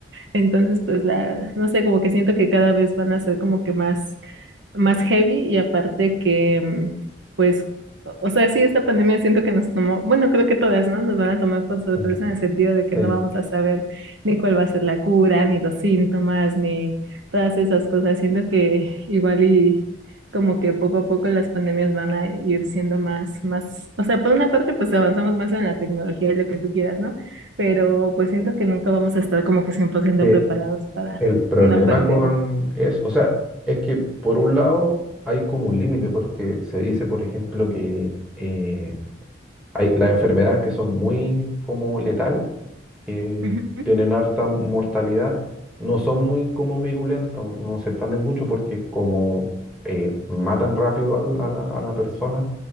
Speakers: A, on the right (about 80°); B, in the centre.
A: Entonces, pues la, no sé, como que siento que cada vez van a ser como que más, más heavy y aparte que, mm, pues, o o sea, sí, esta pandemia siento que nos tomó, bueno, creo que todas, ¿no? Nos van a tomar por sorpresa
B: Mm.
A: en el sentido de que
B: Sí,
A: no vamos a saber ni cuál va a ser la cura, ni los síntomas, ni todas esas cosas. Siento que igual y como que poco a poco las pandemias van a ir siendo más, más, o sea, por una parte pues avanzamos más en la tecnología y lo que tú quieras, ¿no? Pero pues siento que nunca vamos a estar como que cien por ciento
B: Que
A: preparados para
B: el problema
A: una pandemia.
B: con eso, o sea, es que por un lado hay como un límite, porque se dice, por ejemplo, que eh, Hay las enfermedades que son muy como letales, que
A: Ujú.
B: tienen harta mortalidad, no son muy como virulentas, no se expanden mucho porque como eh, matan rápido al- a la, a la persona,